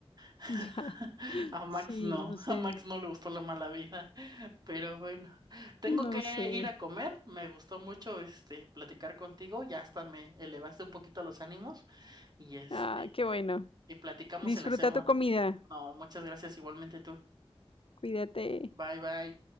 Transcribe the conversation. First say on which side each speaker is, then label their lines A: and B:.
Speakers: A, on the right; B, on the left.
A: <laughs>
B: ya, <laughs>
A: A Max
B: sí,
A: no,
B: no
A: <laughs>
B: sé,
A: a Max no le gustó la mala vida. <laughs> Pero bueno, tengo
B: no
A: que
B: sé.
A: ir a comer. Me gustó mucho este platicar contigo. Ya hasta me elevaste un poquito los ánimos. Y este,
B: Ah, qué bueno.
A: y platicamos
B: Disfruta
A: en la semana.
B: tu comida.
A: No, muchas gracias igualmente tú.
B: Cuídate.
A: Bye bye.